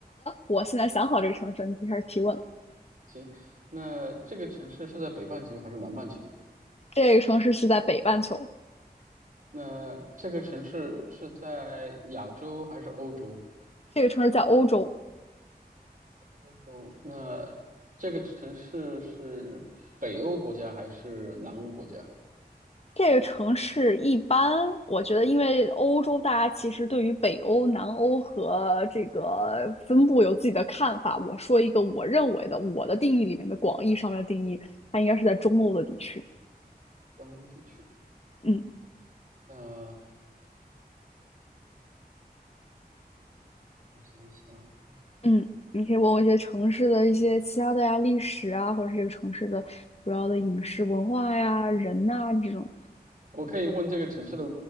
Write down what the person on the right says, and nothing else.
行，那这个城市是在北半球还是南半球？
那这个城市是在亚洲还是欧洲？
欧洲。那这个城市是北欧国家还是南欧国家？
南欧地区。
那我想一想，
我可以问这个城市的